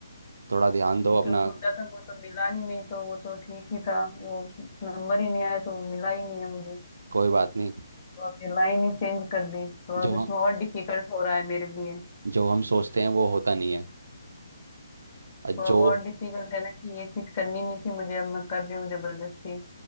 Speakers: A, on the right; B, on the left.
A: थोड़ा ध्यान दो
B: जो
A: अपना
B: सोचा था वो तो मिला नहीं नहीं तो वो तो ठीक ही था वो नंबर ही नहीं आया तो वो मिला ही नहीं है मुझे
A: कोई बात नहीं
B: तो अब ये लाइन ही चेंज कर दी तो
A: जो
B: अब
A: हम
B: इसमें और डिफिकल्ट हो रहा है मेरे लिए
A: जो हम सोचते हैं वो होता नहीं है और
B: तो
A: जो
B: अब और डिफिकल्ट है ना कि ये चीज करनी नहीं थी मुझे अब मैं कर रही हूँ जबरदस्ती